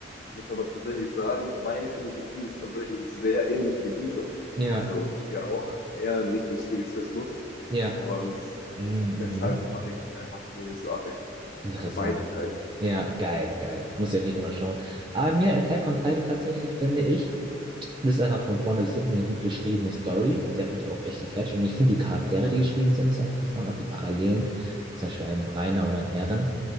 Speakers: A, on the left (about 50°); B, on the right (about 25°).
A: muss aber tatsächlich sagen, meine Philosophie ist tatsächlich sehr ähnlich wie diese.
B: Ja,
A: Also ich gehe auch eher in Richtung Stoizismus
B: ja.
A: und
B: Mhm, mhm.
A: deshalb fand ich das einfach großartig.
B: Interessant.
A: Also beide Teile.
B: Ja, geil, geil. Das muss ich auf jeden Fall noch schauen. Aber mir Attack on Titan tatsächlich finde ich, das ist einfach von vorne bis hinten eine gut geschriebene Story. Die hat mich auch echt gecatcht. Und ich finde die Charaktere, die geschrieben sind, sehr interessant. Auch die Parallelen, zum Beispiel einem Reiner oder einem Eren,